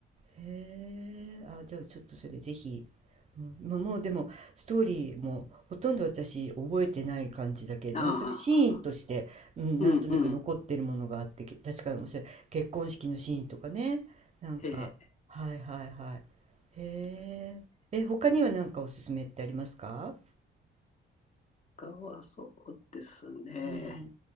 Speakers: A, on the right; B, on the left.
A: へえ、あ、じゃあちょっとそれぜひ。うん、ま、もうでもストーリーもほとんど私覚えてない感じだけど、
B: あ、
A: なんとなくシーンとして、うん、
B: うんうん。
A: なんとなく残ってるものがあって、け確かに面白い。結婚式のシーンとかね。なんか、
B: ええ、
A: はいはいはい。へえ。え、他には何かおすすめってありますか
B: 他はそうですね。
A: うん。